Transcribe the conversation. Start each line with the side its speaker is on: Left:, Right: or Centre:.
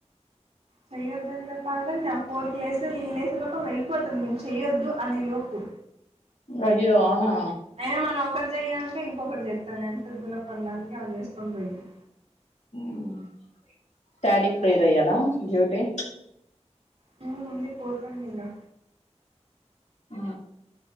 Right: చెయ్యొద్ని చెప్పా అంటే నాే ఫోర్త్ క్సు్లేసు లోప వెళ్ళిపోతుంది నేను చెయ్యొద్దు అనే లోపు
Left: అయ్యో అవునా
Right: అయినా మనం ఒకరు చెయ అంటే ఇంకొకటి చేస్తా లేంత దూల పని అవి చేసుకుని పోద్ది
Left: <unintelligible> అయ్యానా జ్యూటి
Right: హా ఇంకా పోత ఇంకా
Left: ఆ